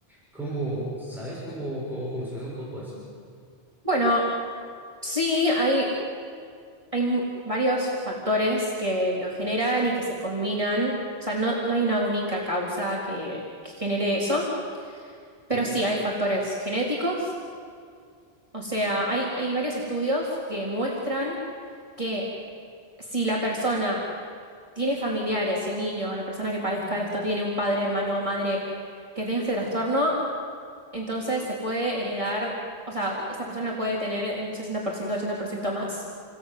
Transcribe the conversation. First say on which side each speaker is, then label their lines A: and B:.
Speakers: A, in the centre; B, on the right.
A: ¿Cómo, sabes cómo, cómo funciona un poco eso?
B: bueno, sí, hay. Hay m- varios factores que lo generan y que se combinan. O sea, no, no hay una única causa que, que genere eso, pero
A: Eh,
B: sí hay factores genéticos. O sea, hay, hay varios estudios que muestran que si la persona tiene familiares, si el niño o la persona que padezca esto tiene un padre, hermano o madre que tenga este trastorno, entonces se puede heredar, o sea, esta persona lo puede tener en un sesenta por ciento, ochenta por ciento más.